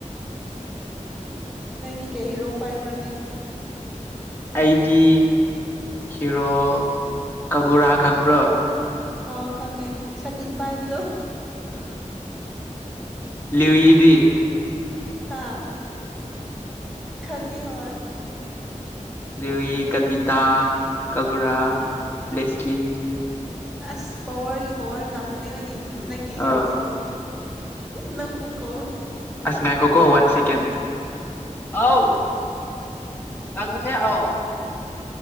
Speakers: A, in the centre; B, on the left.
A: ꯅꯪꯅꯤ ꯀꯩ ꯍꯤꯔꯣ ꯄꯥꯏꯕ꯭ꯔꯅꯦ꯫
B: ꯑꯩꯗꯤ ꯍꯤꯔꯣ ꯀꯒꯨꯔꯥ ꯈꯪꯕ꯭ꯔꯣ꯫
A: ꯑꯥ ꯈꯪꯉꯦ ꯁꯇꯤꯟ ꯄꯥꯏꯕꯗꯣ꯫
B: ꯂꯤꯋꯤ ꯗꯤ꯫
A: ꯍꯥꯥ꯫ ꯈꯪꯉꯦ ꯍꯣꯏ ꯫
B: ꯂꯤꯋꯤ ꯀꯗꯤꯇꯥ ꯀꯒꯨꯔꯥ ꯂꯦꯁꯂꯤ꯫
A: ꯑꯁ ꯄꯋꯥꯔꯒꯤ ꯄꯋꯥꯔ ꯉꯥꯛꯇꯅꯦ ꯅꯪꯒꯤ꯫ ꯅꯪꯒꯤ ꯍꯤꯔꯣꯁꯤꯡꯁ‌ꯦ꯫
B: ꯑ
A: ꯅꯪꯕꯨ ꯀꯧ
B: ꯑꯁꯥ ꯉꯥꯏꯈꯣꯀꯣ ꯋꯥꯟ ꯁꯦꯀꯦꯟ ꯑꯧ ꯑꯣ ꯑꯣ